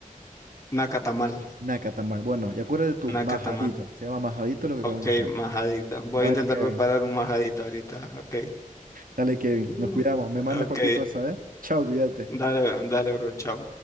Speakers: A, on the left; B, on the right.
A: Nacatamal,
B: Naca tamal. Bueno, y acuérdate tú,
A: nacatamal.
B: majadito. Se llama majadito lo que comemos
A: Ok,
B: acá.
A: majadito. Voy
B: Bueno,
A: a intentar
B: Kevin.
A: preparar un majadito ahorita. Ok.
B: Dale, Kevin.
A: Mm.
B: Nos cuidamos. Me mandas
A: Ok,
B: cualquier cosa, ¿eh? Chao, cuídate.
A: dale, dale, bro, chao.